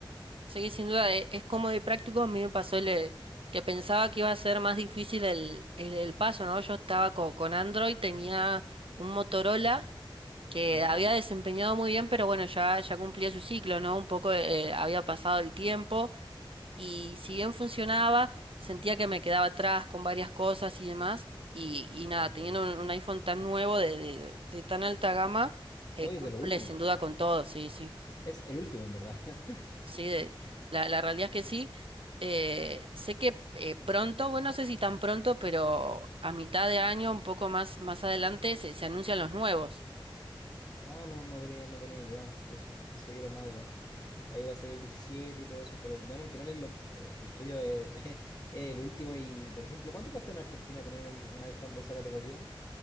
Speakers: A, on the right; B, on the left.
A: Sí, sin duda, e- es, cómodo y práctico. A mí me pasó el, eh, que pensaba que iba a ser más difícil el, el, el paso, ¿no? Yo estaba co- con, Android, tenía un Motorola que
B: ¿Ya?
A: había desempeñado muy bien, pero bueno, ya, ya cumplía su ciclo, ¿no? Un poco eh, había pasado el tiempo. y si bien funcionaba, sentía que me quedaba atrás con varias cosas y demás. Y, y nada,
B: Perfecto.
A: teniendo un, un iPhone tan nuevo, de, de- de tan alta gama, eh,
B: No,
A: cumple
B: y es de lo último.
A: sin duda con todo, sí, sí.
B: Es el último, en verdad. <laughs>
A: Sí, de- la, la realidad es que sí. Eh, sé que eh, pronto, bueno, no sé si tan pronto, pero a mitad de año, un poco más, más adelante, se, se anuncian los nuevos.
B: Ah, no, no tenía, no tenía idea. Que se- pensé que era más adelante. Ahí va a salir el 17 y todo eso. Pero bueno, al final es lo- eh, el tuyo es, <laughs> es el último. Y, por ejemplo, ¿cuánto cuesta en Argentina tener un, un iPhone de esa categoría?